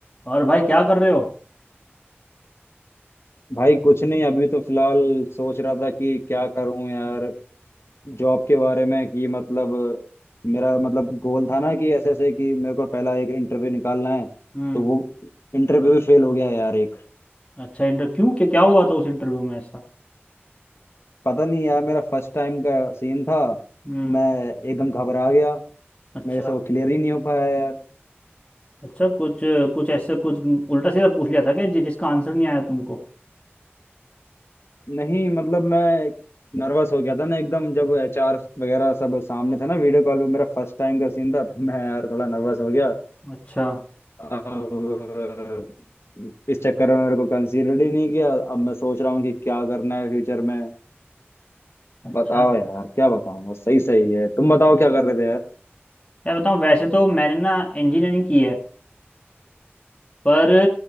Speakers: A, on the left; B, on the left.
A: और भाई क्या कर रहे हो
B: भाई कुछ नहीं अभी तो फिलहाल सोच रहा था कि क्या करूं यार जॉब के बारे में कि मतलब मेरा मतलब गोल था ना कि ऐसे ऐसे कि मेरे को पहला एक इंटरव्यू निकालना है
A: हम्म
B: तो वो इंटरव्यू भी फेल हो गया यार एक
A: अच्छा इंटरव्यू क्यों क्या क्या हुआ था उस इंटरव्यू में ऐसा
B: पता नहीं यार मेरा फर्स्ट टाइम का सीन था
A: हम्म
B: मैं एकदम घबरा गया
A: अच्छा
B: मेरे से वो क्लियर ही नहीं हो पाया यार
A: अच्छा कुछ कुछ ऐसे कुछ उल्टा सीधा पूछ लिया था कि जि, जिसका आंसर नहीं आया तुमको
B: नहीं मतलब मैं नर्वस हो गया था ना एकदम जब एचआर वगैरह सब सामने थे ना वीडियो कॉल पे मेरा फर्स्ट टाइम का सीन था तो मैं यार थोड़ा नर्वस हो गया
A: अच्छा
B: अब इस चक्कर में मेरे को कंसीडर ही नहीं किया अब मैं सोच रहा हूँ कि क्या करना है फ्यूचर में
A: अच्छा
B: बताओ यार क्या बताऊँ बस सही सही है तुम बताओ क्या कर रहे थे यार
A: मैं बताऊं वैसे तो मैंने ना इंजीनियरिंग की है पर